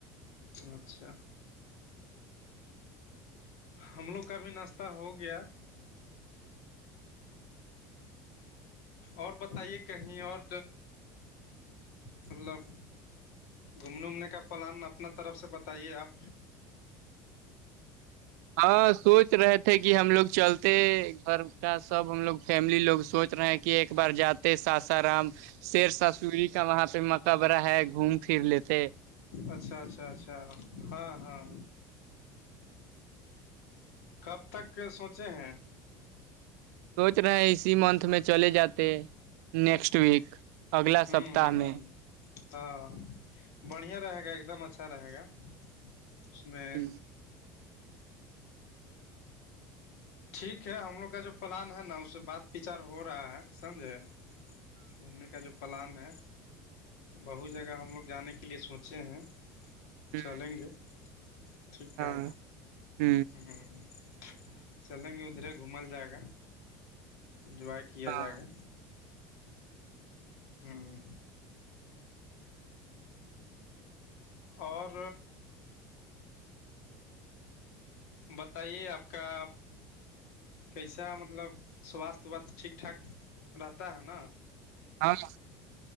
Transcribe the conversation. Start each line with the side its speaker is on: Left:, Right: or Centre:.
Left: اچھا ہم لوگ کا بھی ناشتہ ہو گیا اور بتائیے کہیں اور مطلب گھومنے وومنے کا پلان اپنا طرف سے بتائیے آپ
Right: ہاں سوچ رہے تھے کہ ہم لوگ چلتے گھر کا سب ہم لوگ فیملی لوگ سوچ رہے ہیں کہ ایک بار جاتے ساسارام شیر سسوری کا وہاں پہ مقبرہ ہے گھوم پھر لیتے
Left: اچھا اچھا اچھا ہاں ہاں کب تک کے سوچے ہیں
Right: سوچ رہے ہیں اسی منتھ میں چلے جاتے نیکسٹ ویک اگلا
Left: ہوں
Right: سپتاہ
Left: ہوں
Right: میں
Left: ہاں بڑھیا رہے گا ایک دم اچھا رہے گا اس میں
Right: ہ
Left: ٹھیک ہے ہم لوگ کا جو پلان ہے نا اس سے بات وچار ہو رہا ہے سمجھے گھومنے کا جو پلان ہے بہو جگہ ہم لوگ جانے کے لیے سوچے ہیں
Right: ہ
Left: چلیں گے ٹھیک
Right: ہاں
Left: ہے
Right: ہ
Left: ہوں چلیں گے ادھرے گھومل جائے گا انجوائے کیا
Right: ہاں
Left: جائے گا ہوں اور بتائیے آپ کا کیسا مطلب سواستھ وواستھ ٹھیک ٹھاک رہتا ہے نا
Right: ہاں